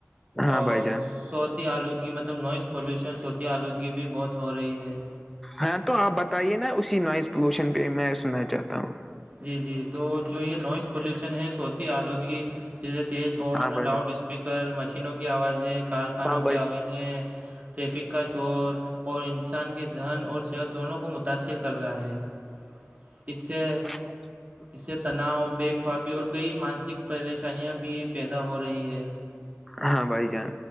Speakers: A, in the centre; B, on the right.
A: ہاں
B: اور
A: بھائی جان
B: صوتی آلودگی مطلب نوائز پولیوشن صوتی آلودگی بھی بہت ہو رہی ہے
A: ہاں تو آپ بتائیے نا اسی نوائز پولوشن پہ میں سننا چاہتا ہوں
B: جی جی تو جو یہ نوائز پلیوشن ہے سوتی آلودگی جیسے تیز ہارن
A: ہاں بھائی
B: لاؤڈ
A: جان
B: اسپیکر مشینوں کی آوازیں کارخانوں
A: ہاں بھائی
B: کی آوازیں جی ٹریفک کا شور اور انسان کے ذہن اور صحت دونوں کو متاثر کر رہا ہے اس سے
A: چ
B: اس سے تناؤ بے خوابی اور کئی مانسک پریشانیاں بھی پیدا ہو رہی ہے
A: ہاں بھائی جان